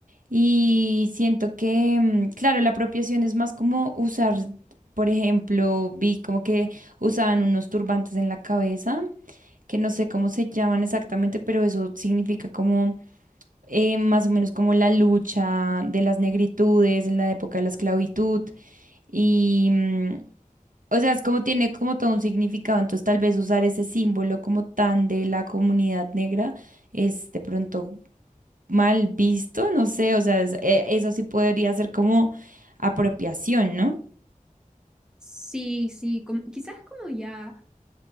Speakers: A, on the right; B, in the centre.
A: Y siento que, mm, claro, la apropiación es más como usar, por ejemplo, vi como que usaban unos turbantes en la cabeza, que no sé cómo se llaman exactamente, pero eso significa como eh, más o menos como la lucha de las negritudes en la época de la esclavitud. Y, mm, o sea, es como tiene como todo un significado, entonces tal vez usar ese símbolo como tan de la comunidad negra es de pronto mal visto, no sé, o sea, es- e- eso sí podría ser como apropiación, ¿no?
B: Sí, sí, como, quizás como ya.